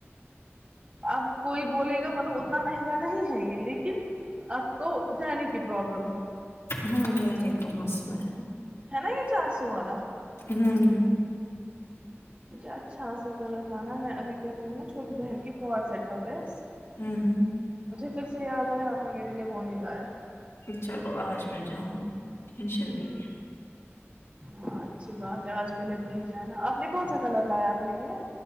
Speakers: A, on the right; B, on the left.
A: اب کوئی بولے گا مطلب اتنا مہنگا نہیں ہے یہ لیکن آپ کو جانے کی پروابلم ہے
B: ہاں جانے کا مسئلہ ہے
A: ہے نا یہ چار سو والا
B: ہوں ہ
A: مجھے اچھا سا کلر لانا میں ابھی کر رہی ہوں نا چھوٹی بہن کی ک سیٹ کا پس
B: ہوں ہوں
A: مجھے پھر سے یاد آیا آپ نے میرے لیے بون ہی لایا
B: چلو آج میں جاؤں گی ٹینشن نہیں ہے
A: ہاں اچھی بات ہے آج پہلے وہی جانا آپ نے کون سا کلر لایا اپنے لیے